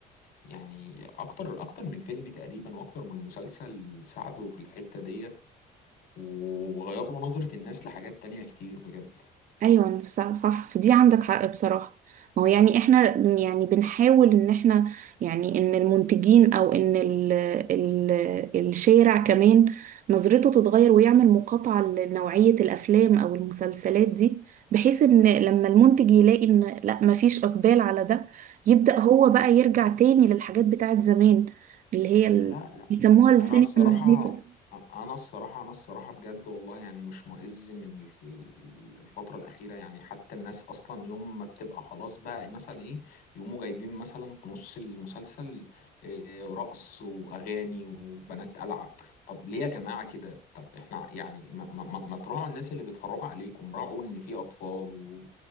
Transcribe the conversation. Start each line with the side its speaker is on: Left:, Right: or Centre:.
Left: يعني اكتر اكتر من فيلم تقريبا واكتر من مسلسل ساعدوا في الحتة ديت وغيروا نظرة الناس لحاجات تانية كتير بجد
Right: أيوة صح صح في دي عندك حق بصراحة ما هو يعني احنا يعني بنحاول ان احنا يعني ان المنتجين او ان ال ال الشارع كمان نظرته تتغير ويعمل مقاطعة لنوعية الافلام او المسلسلات دي بحيث ان لما المنتج يلاقي ان لا مفيش اقبال على ده يبدأ هو بقى يرجع تاني للحاجات بتاعت زمان اللي هي ال-
Left: لا
Right: بيسموها السينما
Left: انا الصراحه
Right: النظيفة
Left: انا الصراحه انا الصراحه بجد والله يعني مش مئز من الف- الفتره الاخيره يعني حتى الناس اصلا يوم ما بتبقى خلاص بقى مثلا ايه يقوموا جايبين مثلا في نص المسلسل إيه، رقص واغاني وبنات قلعه طب ليه يا جماعه كده طب احنا يعني ما, ما, ما ما تراعوا الناس اللي بيتفرجوا عليكم راعوا ان في اطفال و